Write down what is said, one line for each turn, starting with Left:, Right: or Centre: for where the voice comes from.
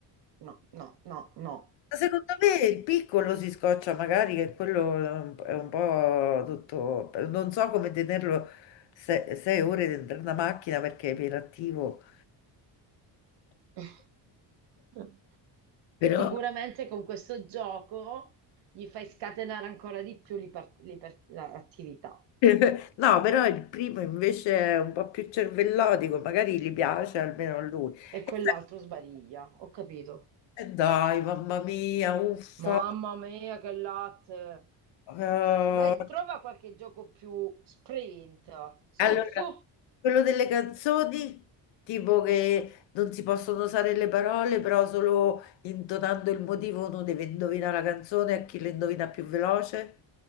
Right: no, no, no, no.
Left: Ma secondo me il piccolo si scoccia magari, che quello è un po' tutto... Non so come tenerlo se- sei ore dentro una macchina perché è iperattivo.
Right: <laughs>
Left: Però...
Right: Sicuramente con questo gioco gli fai scatenare ancora di più l'iper- l'iper- l'attività
Left: <laughs> No, però il primo invece è un po' più cervellotico, magari gli piace almeno a lui.
Right: e quell'altro
Left: E poi,
Right: sbariglia, ho capito.
Left: eh, dai, mamma mia, uffa.
Right: Mamma mia, che latte!
Left: Eh,
Right: Beh, trova qualche gioco più sprint. Su,
Left: allora,
Right: su,
Left: quello delle canzoni, tipo che non si possono usare le parole, però solo intonando il motivo uno deve indovinare la canzone a chi la indovina più veloce.